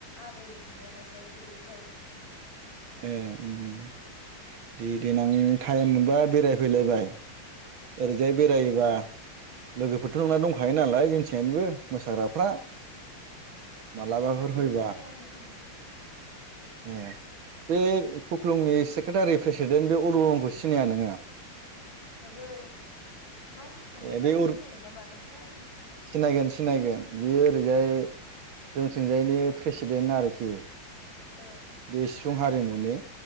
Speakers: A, on the left (about 65°); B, on the right (about 75°).
A: आबै माबानायखाय गैयिखाय।
B: ए ओम ओम दे देनां थाइम मोनबा बेरायफैलाबाय
A: ओ
B: ओरैजाय बेरायोबा लोगोफोरथ' नोंना दंखायो नालाय जोंथिंजायनिबो मोसाग्राफ्रा मालाबाफोर फैबा
A: खाङो
B: ओ ए बे कुक्लुंनि सेक्रेटारि प्रेसिडेन्ट बे अरूनमोनखौ सिनाया नोङो?
A: ओहो मानसिखौ नुबा
B: ए बे
A: सिनायगोन
B: अरु
A: ना मागोनथाय।
B: सिनायगोन सिनायगोन बेयो ओरैजाय जोंथिंजायनि प्रेसिडेन्ट आरोखि
A: औ।
B: बे सिफुं हारिमुनि